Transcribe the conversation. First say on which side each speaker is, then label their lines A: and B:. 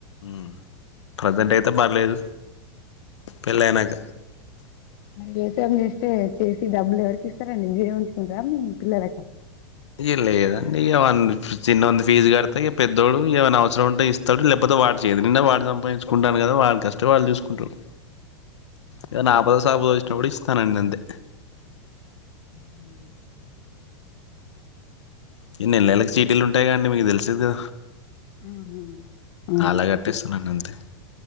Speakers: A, on the left (about 90°); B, on the left (about 55°).
A: మ్ ప్రజెంట్ అయితే పర్లేదు. పెళ్లియనాక
B: మరి వ్యవసాయం చేస్తే చేసి డబ్బులు ఎవరికి ఇస్తారండి. మీరే ఉంచుకుంటారా మీ పిల్లలక
A: ఏ లేదండి ఇగవాన్న చిన్నోన్ది ఫీజు కడితే, ఇక పెద్దోడు ఏమైన అవసరం ఉంటే ఇస్తాడు. లేకపోతే వాటి చేతి నిండా వాడు సంపాదించుకుంటాను కదా వాళ్ళ కష్టం వాళ్ళు చూసుకుంటారు. ఎదైన ఆపద సాబోస్ట్ వచ్చినప్పుడు ఇస్తాను అండి అంటే
B: ఉమ్
A: ఈ నెల నెలకి
B: ముందు
A: సీటీలు
B: కంటే
A: ఉంటాయి కండి
B: మీరు
A: మీకు తెలిసదా
B: ఆ ఆ
A: అళ్ళే కట్టేస్తునాండి అంతే